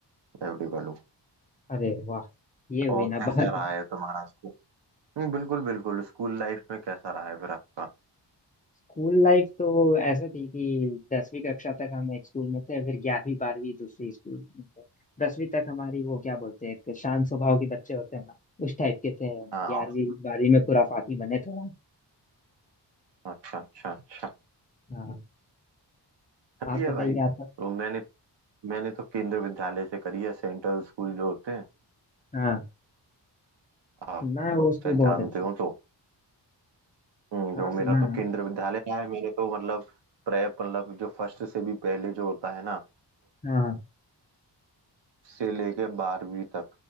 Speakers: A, on the right; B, on the left.
A: अवेलेबल हूँ
B: अरे वाह ये हुई
A: और
B: ना
A: कैसा
B: बात
A: रहा है तुम्हारा स्कूल हम्म, बिल्कुल बिल्कुल स्कूल लाइफ में कैसा रहा है फिर आपका
B: स्कूल लाइफ तो ऐसा थी कि दसवीं कक्षा तक हम एक स्कूल में थे फिर ग्यारहवीं बारहवीं दूसरे स्कूल में थे दसवीं तक हमारी वो क्या बोलते हैं एक शांत स्वभाव के बच्चे होते हैं ना उस टाइप के थे हम
A: हाँ
B: ग्यारहवीं
A: और-
B: बारहवीं में खुराफाती बने थोड़ा
A: अच्छा अच्छा अच्छा
B: हाँ
A: सही
B: आप
A: है
B: बताइए
A: भाई तो
B: आपका
A: मैंने मैंने तो केंद्र विद्यालय से करी है सेंट्रल स्कूल जो होते हैं
B: हाँ
A: आप
B: ना वो स्कूल
A: शायद
B: बहुत
A: जानते
B: अच्छे
A: हो तो हम्म,
B: हाँ
A: जो
B: सुना
A: मेरा
B: है
A: तो केंद्र विद्यालय रहा है मैंने तो मतलब प्रेप मतलब जो फर्स्ट से भी पहले जो होता है ना
B: हाँ
A: से लेके बारहवीं तक